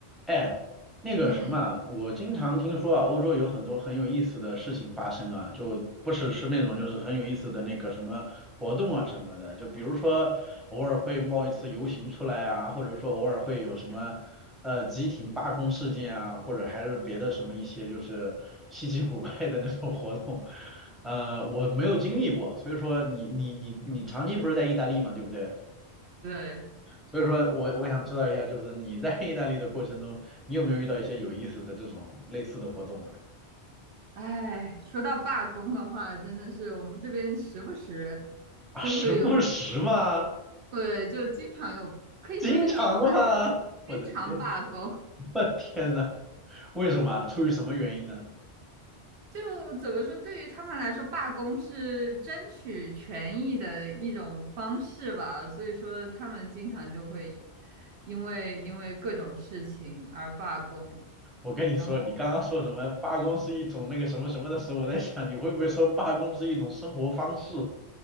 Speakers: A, in the centre; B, on the right.
A: 哎，那个什么啊我经常听说啊，
B: 嗯，
A: 欧洲有很多很有意思的事情发生啊，就不只是那种就是很有意思的那个什么活动啊什么的，就比如说偶尔会冒一次游行出来啊，或者说偶尔会有什么呃集体罢工事件啊，或者还是别的什么一些就是稀奇古怪的那种活动，呃，我没有经历过，所以说你你你你长期不是在意大利嘛，对不对？
B: 对，
A: 所以说我我想知道一下，就是你在意大利的过程中，你有没有遇到一些有意思的这种类似的活动啊？
B: 哎，说到罢工的话，真的是我们这边时不时
A: 啊，
B: 就会有，
A: 时不时嘛，
B: 对，就经常有，可以说是经常有
A: 经常嘛，我的天，
B: 经常罢工。
A: 我的天呐，为什么啊？出于什么原因呢？
B: 就怎么说，对于他们来说，罢工是争取权益的一种方式吧。所以说，他们经常就会因为因为各种事情而罢工，
A: 我跟你说，
B: 然后。
A: 你刚刚说什么罢工是一种那个什么什么的时候，我在想你会不会说罢工是一种生活方式？